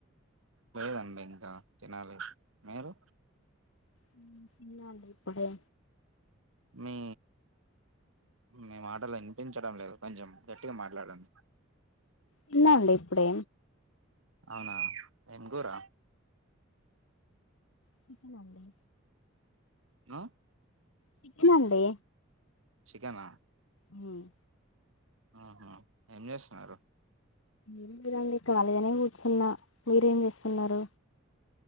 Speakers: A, on the right; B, on the left.
A: లేదండి ఇంకా తినాలి మీరు
B: హ్మ్ తిన్నా అండి ఇప్పుడే
A: మీ మీ మాటలు వినిపించడం లేదు కొంచెం గట్టిగా మాట్లాడండి
B: తిన్నా అండి ఇప్పుడే
A: అవునా ఏం కూరా
B: చికెన్ అండి
A: ఆ
B: చికెన్ అండి
A: చికెనా
B: ఉమ్
A: ఆహా ఏం చేస్తున్నారు
B: ఏం లేదండి ఖాళీగానే కూర్చున్న మీరేం చేస్తున్నారు